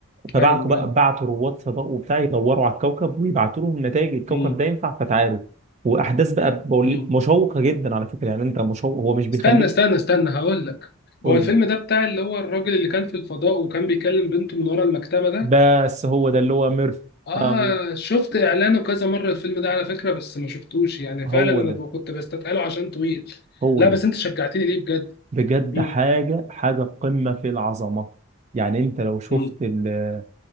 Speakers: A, on the right; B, on the left.
A: فبعتوا
B: ايوه
A: بقى
B: ايوه
A: بعتوا رواد فضاء وبتاع يدوروا على الكوكب ويبعتوا لهم نتائج الكوكب
B: مم.
A: ده ينفع فتعالوا واحداث بقى بقول-
B: مم.
A: مشوقة جدا على فكرة يعني انت مشوق هو مش بيخليك
B: استنى استنى استنى هقول لك
A: قول
B: هو الفيلم ده بتاع اللي هو الراجل اللي كان في الفضاء وكان بيكلم بنته من ورا المكتبه ده
A: بس هو ده اللي هو ميرف
B: اه
A: اه هو
B: شفت اعلانه كذا مره الفيلم ده على فكره بس ما شفتوش يعني
A: هو
B: فعلا انا
A: ده
B: ب- كنت بستثقله عشان طويل
A: هو
B: لا
A: ده
B: بس انت شجعتني ليه بجد
A: بجد
B: مم.
A: حاجة حاجة قمة في العظمة يعني انت لو شفت
B: مم.
A: ال...